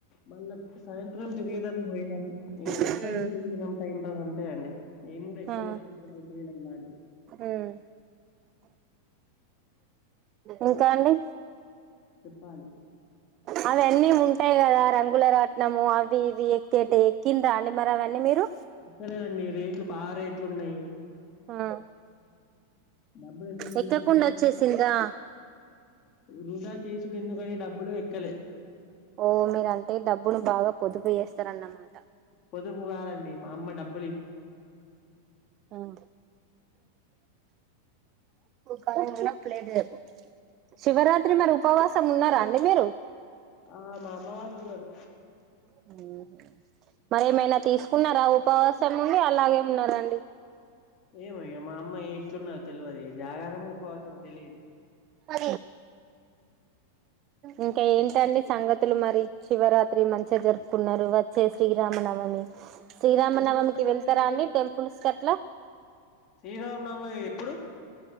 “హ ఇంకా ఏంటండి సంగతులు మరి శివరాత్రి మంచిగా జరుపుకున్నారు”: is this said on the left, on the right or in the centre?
Right